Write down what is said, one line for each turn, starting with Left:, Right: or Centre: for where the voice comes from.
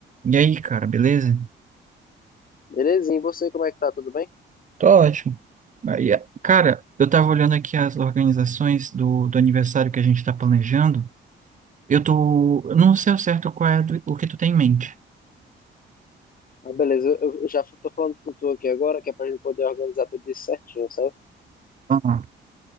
Right: E aí, cara, beleza?
Left: Belezinha, e você como é que tá? Tudo bem?
Right: Tô ótimo. Aí, é- cara, eu tava olhando aqui as organizações do, do aniversário que a gente tá planejando. Eu tô. eu Não sei ao certo qual é do- o que tu tem em mente.
Left: Ah, beleza, eu, eu já f- tô falando com tu aqui agora, que é pra gente poder organizar tudo isso certinho, sabe?
Right: Ah,